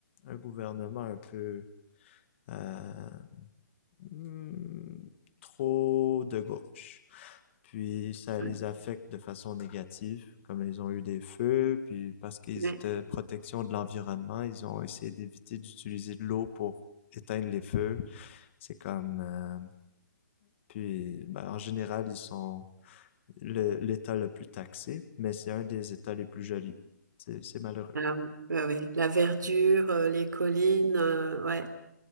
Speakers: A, on the left; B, on the right.
A: un gouvernement un peu euh, hmm, trop de gauche. Puis ça
B: ouais,
A: les affecte de façon négative, comme ils ont eu des feux, puis parce qu'ils
B: ouais,
A: étaient protection de l'environnement, ils ont essayé d'éviter d'utiliser de l'eau pour éteindre les feux. C'est comme... euh, puis ben, en général, ils sont le- l'État le plus taxé, mais c'est un des États les plus jolis. C'est c'est malheureux.
B: ah oui, ouais, ouais. La verdure, euh, les collines, euh, ouais,